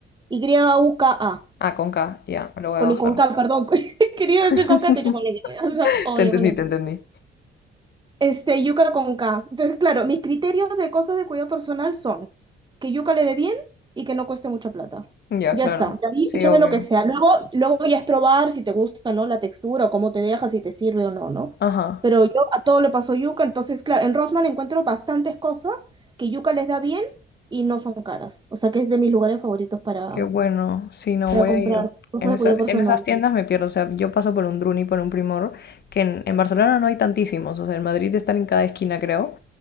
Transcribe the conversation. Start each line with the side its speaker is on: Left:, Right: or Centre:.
Right: Y-U-K-A,
Left: Ah, con K, ya, me lo voy
Right: con,
Left: a bajar.
Right: y con K, perdón, <laughs> quería
Left: <laughs>
Right: decir con K, te he dicho con Y, <laughs> no, obvio
Left: Te entendí,
Right: con Y.
Left: te entendí.
Right: Este, yuca con K. Entonces, claro, mis criterios de cosas de cuidado personal son que yuca le dé bien y que no cueste mucha plata.
Left: Ya,
Right: Ya
Left: claro.
Right: está. De ahí
Left: Sí,
Right: échame
Left: obvio.
Right: lo que sea. Luego, luego ya es probar si te gusta, ¿no? La textura, o cómo te deja, si te sirve o no, ¿no?
Left: Ajá.
Right: Pero yo a todo le paso yuca, entonces, claro, en Rosman encuentro bastantes cosas que yuca les da bien y no son caras. O sea que es de mis lugares favoritos para,
Left: Qué bueno. Sí, no
Right: para
Left: voy
Right: comprar
Left: a ir.
Right: cosas
Left: En
Right: de
Left: esas,
Right: cuidado personal.
Left: en esas tiendas me pierdo. O sea, yo paso por un Druni, por un Primor, que en, en Barcelona no hay tantísimos. O sea, en Madrid están en cada esquina, creo.